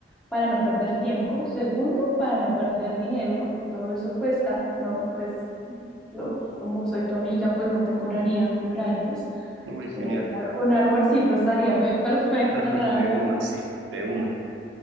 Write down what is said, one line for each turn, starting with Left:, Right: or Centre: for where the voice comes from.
Centre: para no perder tiempo, segundo, para no perder dinero, porque todo eso cuesta, no, pues yo como soy tu amiga, pues no te cobraría honorarios,
Right: Uy, genial.
Centre: eh, un almuercito estaría be- perfecto,
Right: <laughs>
Centre: nada
Right: De
Centre: más.
Right: una, sí, de una.